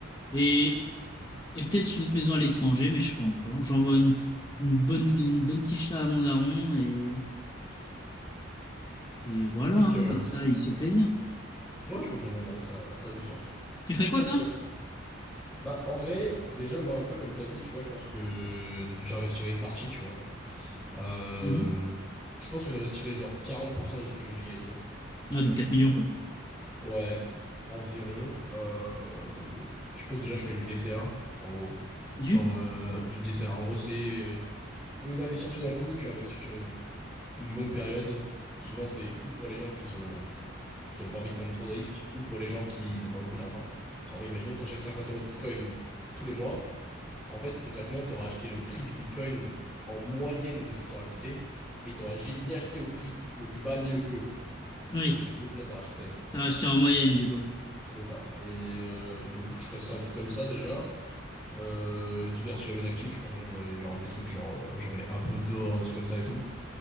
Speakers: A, on the left; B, in the centre.
A: Et, et peut-être une autre maison à l'étranger, mais je sais pas encore. J'envoie une, une bonne, une bonne quicheta à mon daron et, et voilà,
B: Donc,
A: hein,
B: euh,
A: comme ça, il se fait plaisir.
B: ouais, je peux comprendre, ouais, ça, ça a du sens.
A: Tu ferais
B: Ça
A: quoi, toi?
B: se tient. Bah, en vrai, déjà, moi, un peu comme t'as dit, tu vois, je pense que j'investirais une partie, tu vois. Euh,
A: Mhm.
B: je pense que j'investirais genre 40% de ce que j'ai gagné.
A: Ouais, donc 4 millions, quoi.
B: Ouais, environ. Euh, je pense déjà, je ferais du DCA, en gros.
A: Du?
B: Genre, euh, du DCA. En gros, c'est, euh, au lieu d'investir tout d'un coup, tu investis sur une, une longue période. Souvent, c'est ou pour les gens qui sont, qui ont pas envie de prendre trop de risques, ou pour les gens qui n'ont pas beaucoup d'argent. En gros, imaginons que tu achètes 50 euros de Bitcoin tous les mois. En fait, concrètement, tu auras acheté le prix du Bitcoin en moyenne de ce qui t'aura coûté et tu n'auras ni acheté au prix le plus bas ni le plus haut.
A: Oui.
B: Parce que du coup, au final, tu auras acheté toute l'année.
A: T'as acheté en moyenne, du coup.
B: C'est ça. Et, euh, du coup, je ferais 100 trucs comme ça déjà. Euh, je diversifierais mes actifs. Je pense que déjà, j'aurais genre des trucs, genre euh, j'aurais un peu d'or, des trucs comme ça et tout.